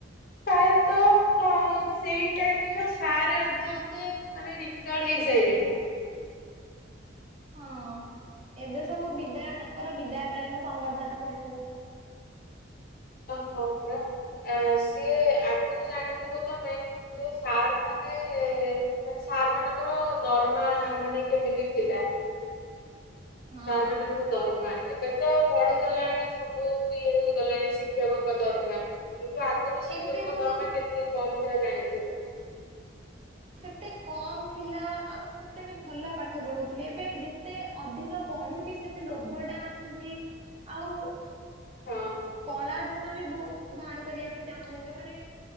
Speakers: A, on the left; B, on the right.
A: ପ୍ରାୟତଃ ସେଇ ଟାଇମର ସାରେ ଅଧେ ଅଧେ ମାନେ ରି ରିଟାଡ ହେଇସାଇଲେଣି।
B: ହଁ ଏବେ ସବୁ ବିଦାୟ ତାଙ୍କର ବିଦାୟ କାଳୀନ ସମ୍ବର୍ଦ୍ଧନା କରିବୁ।
A: <unintelligible> ସିଏ ଆଗରୁ ଜାଣିଥିବ ତମେ। ଯୋଉଁ ସାର୍ ମାନେ। ମାନେ ସାର୍ ମାନଙ୍କର ଦରମା ମାନେ କେମିତି ଥିଲା?
B: ହଁ
A: ସାର୍ ମାନଙ୍କ ତୁରୁଫ୍। ଦରମା ଏବେ ତ ବଢି଼ଗଲାଣି। ସବୁ ଇଏ ହେଇଗଲାଣି ଶିକ୍ଷକଙ୍କ ଦରମା। କିନ୍ତୁ ଆଗୁରୁ ଶିକ୍ଷକଙ୍କ
B: ଏବେ ବହୁତ
A: ଦରମା କେତେ କମ୍ ଥିଲା ଜାଣିଥିବ?
B: ସେତେ କମ୍ ଥିଲା ଆଉ ସେତେ ବି ଭଲ ପାଠ ପଢ଼େଉଥିଲେ। ଏବେ ଯେ ଏତେ ଅଧିକ ବଢ଼ୁଚି ସେତେ ଲୋଭ ଟା ଆସୁଛି ଆଉ।
A: ହଁ।
B: କଳା ଧନ ବି ବହୁତ ବାହାର କରିବାକୁ ଚାହୁଁଛନ୍ତି ମାନେ।